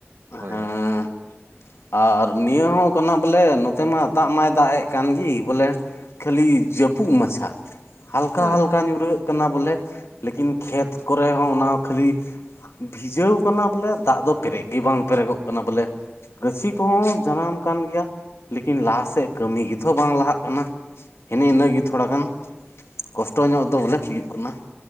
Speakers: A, on the right; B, on the left.
A: ᱦᱳᱭ
B: ᱦᱮᱸ ᱟᱨ ᱱᱤᱭᱟᱹ ᱦᱚᱸ ᱠᱟᱱᱟ ᱵᱚᱞᱮ ᱱᱚᱛᱮ ᱢᱟ ᱫᱟᱜ ᱢᱟᱭ ᱫᱟᱜ ᱮᱜ ᱠᱟᱱ ᱜᱮ ᱵᱚᱞᱮ ᱠᱷᱟᱹᱞᱤ ᱡᱟᱹᱯᱩᱫ ᱢᱟᱪᱷᱟ ᱦᱟᱞᱠᱟ
A: ᱦᱳᱭ
B: ᱦᱟᱞᱠᱟ
A: ᱦᱳᱭ
B: ᱧᱩᱨᱦᱟᱹᱜ ᱠᱟᱱᱟ ᱵᱚᱞᱮ ᱞᱮᱠᱤᱱ ᱠᱷᱮᱛ ᱠᱚᱨᱮ ᱦᱚᱸ ᱚᱱᱟ ᱠᱷᱟᱹᱞᱤ ᱵᱷᱤᱡᱟᱹᱣ ᱠᱟᱱᱟ ᱵᱚᱞᱮ ᱫᱟᱜ ᱫᱚ ᱯᱮᱨᱮᱡ ᱜᱮ ᱵᱟᱝ ᱯᱮᱨᱮᱡᱚᱜ ᱠᱟᱱᱟ ᱵᱚᱞᱮ ᱜᱟᱹᱪᱷᱤ ᱠᱚᱦᱚᱸ ᱡᱟᱱᱟᱢ ᱠᱟᱱ ᱜᱮᱭᱟ᱾ᱞᱮᱠᱤᱱ ᱞᱟᱦᱟᱥᱮᱫ ᱠᱟᱹᱢᱤ ᱜᱮᱛᱚ ᱵᱟᱝ ᱞᱟᱦᱟᱜ ᱠᱟᱱᱟ᱾ ᱮᱱᱮ ᱤᱱᱟᱹᱜᱮ ᱛᱷᱚᱲᱟᱜᱟᱱ ᱠᱚᱥᱴᱚ ᱧᱚᱜ ᱫᱚ ᱵᱚᱞᱮ ᱦᱩᱭᱩᱜ ᱠᱟᱱᱟ᱾